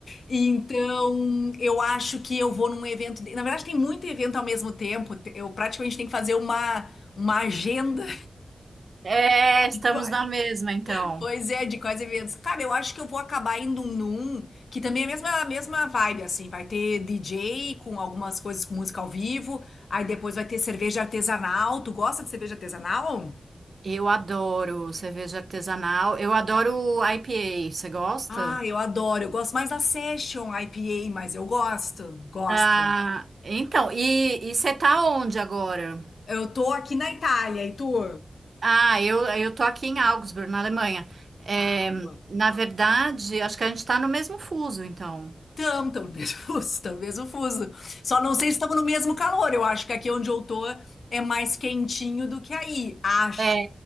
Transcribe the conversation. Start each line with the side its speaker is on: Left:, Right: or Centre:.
Left: Então, eu acho que eu vou num evento, de- na verdade tem muito evento ao mesmo tempo, te- eu praticamente tenho que fazer uma uma agenda
Right: É,
Left: <laughs>
Right: estamos
Left: de quais,
Right: na mesma, então.
Left: pois é, de quais eventos. Cara, eu acho que eu vou acabar indo num que também é a mesma a mesma vibe assim, vai ter DJ com algumas coisas com música ao vivo, aí depois vai ter cerveja artesanal. Tu gosta de cerveja artesanal?
Right: Eu adoro cerveja artesanal. Eu adoro IPA. Você gosta?
Left: Ah, eu adoro. Eu gosto mais da Session IPA, mas eu gosto, gosto.
Right: Ah, então, e e você tá onde agora?
Left: Eu tô aqui na Itália, e tu?
Right: Ah, eu, eu tô aqui em Augsburg, na Alemanha. É,
Left: Água.
Right: na verdade, acho que a gente tá no mesmo fuso, então.
Left: Tam, tam, <laughs> mesmo fuso, tam, mesmo fuso. Só não sei se estamos no mesmo calor. Eu acho que aqui onde eu tô é mais quentinho do que aí. Acho.
Right: É,